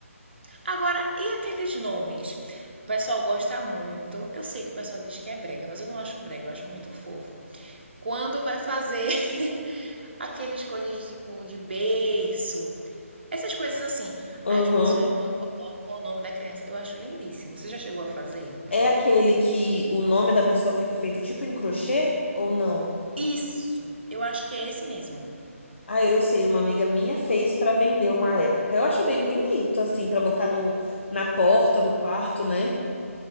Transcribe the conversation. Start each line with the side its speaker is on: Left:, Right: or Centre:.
Right: Agora, e aqueles nomes? O pessoal gosta muito. Eu sei que o pessoal diz que é brega, mas eu não acho brega, eu acho muito fofo. Quando vai fazer <laughs> aqueles coisas de tipo de berço, essas coisas assim.
Left: Aham.
Right: Aí as pessoas vão e colocam o nome da criança. Eu acho lindíssimo. Você já chegou a fazer?
Left: É aquele que o nome da pessoa fica feito tipo em crochê ou não?
Right: Isso, eu acho que é esse mesmo.
Left: Ah, eu sei, uma amiga minha fez pra vender uma época. Eu acho bem bonito, assim, pra botar no, na porta do quarto, né?